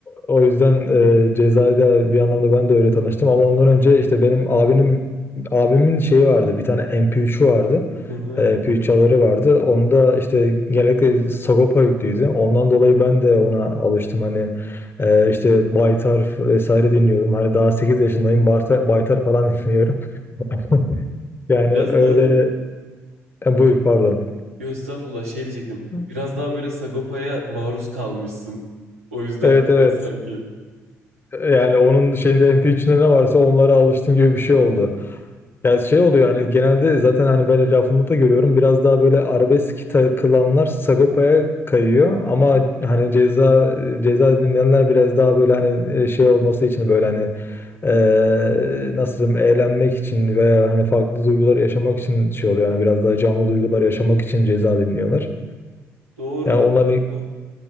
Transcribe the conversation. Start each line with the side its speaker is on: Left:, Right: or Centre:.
Left: o yüzden e, cezayla bir anlamda ben de öyle tanıştım ama ondan önce işte benim abinin abimin şeyi vardı bir tane MP3'ü vardı.
Right: Hı hı.
Left: Ee, MP3 çaları vardı. Onda işte genellikle Sagopa yüklüydü. Ondan dolayı ben de ona alıştım. Hani e, işte Baytar vesaire dinliyordum. Hani daha 8 yaşındayım. Barta- Baytar falan dinliyorum. <laughs> Yani
Right: Biraz
Left: öyle
Right: da
Left: e, buyur pardon.
Right: Yo, estağfurullah şey diyecektim.
Left: Hı.
Right: Biraz daha böyle Sagopa'ya maruz kalmışsın. O yüzden
Left: Evet
Right: de
Left: evet.
Right: biraz sanki.
Left: Yani onun şeyinde MP3'ünde ne varsa onlara alıştım gibi bir şey oldu. Yani şey oluyor yani genelde zaten hani ben etrafımda da görüyorum biraz daha böyle arabesk takılanlar Sagopa'ya kayıyor ama hani ceza ceza dinleyenler biraz daha böyle hani e, şey olması için böyle hani eee, nasıl diyeyim eğlenmek için veya hani farklı duygular yaşamak için şey oluyor yani biraz daha canlı duygular yaşamak için ceza dinliyorlar.
Right: Doğru.
Left: Yani onların
Right: Sagopa